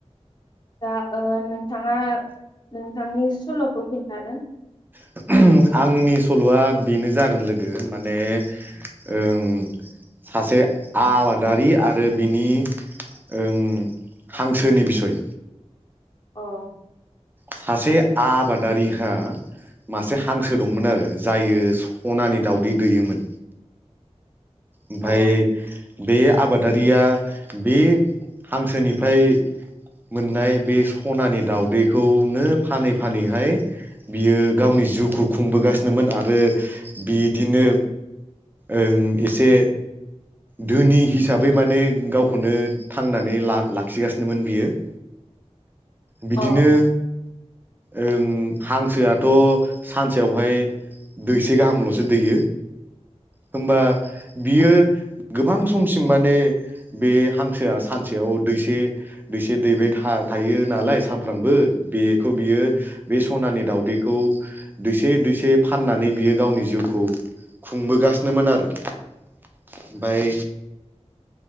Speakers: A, on the left (about 40°); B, on the right (about 15°).
A: दा ओ नोंथाङा नोंथांनि सल'खौ खिन्थादो
B: <unintelligible> आंनि सल'आ बेनो जागोन लोगो माने ओं सासे आबादारि आरो बिनि ओं हांसोनि बिसय
A: औ
B: सासे आबादारिहा मासे हांसो दंमोन आरो जायो सनानि दाउदै दैयोमोन ओमफाय
A: अ
B: बे आबादारिया बे हांसोनिफ्राय मोननाय बे सनानि दाउदैखौनो फानै फानैहाय बियो गावनि जिउखौ खुंबोगासिनोमोन आरो बिदिनो ओं एसे
A: <inaudible>
B: धोनि हिसाबै माने गावखौनो थांनानै ला लाखिगासिनोमोन बियो ।
A: <inaudible>
B: बिदिनो
A: अ
B: ओं हांसोआथ सानसेयावहाय दैसे गाहामलसो दैयो होमबा बियो गोबां समसिम माने बे हांसोआ सानसेयाव दैसे दैसे दैबाय था थायो नालाय सानफ्रामबो बेखौ बियो बे सनानि दाउदैखौ दैसे दैसे फाननानै बियो गावनि जिउखौ खुंबोगासिनोमोन आरो । ओमफाय